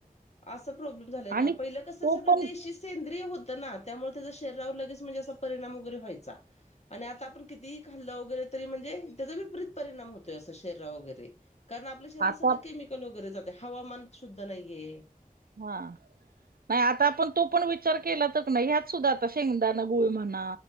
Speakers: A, on the left (about 45°); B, on the right (about 80°).
A: आसा प्रॉब्लेम झालाय ना
B: आणि
A: पहिलं
B: तो
A: कसं सगळं
B: पण
A: देशी सेंद्रिय होतं ना त्यामुळे त्याचा शरीरावर लगेच म्हणजे असा परिणाम वगैरे व्हायचा, आणि आता आपण कितीही खाल्लं वगैरे तरी म्हणजे त्याचा विपरीत परिणाम होतोय, असं शरीरावर वगैरे. कारण आपल्या शरीरात
B: आता
A: सगळं केमिकल वगैरे जातेय, हवामान शुद्ध नाहीये.
B: हा. नाही आता आपण तो पण विचार केला, तर नाही ह्यात सुद्धा आता शेंगदाणं गुळ म्हणा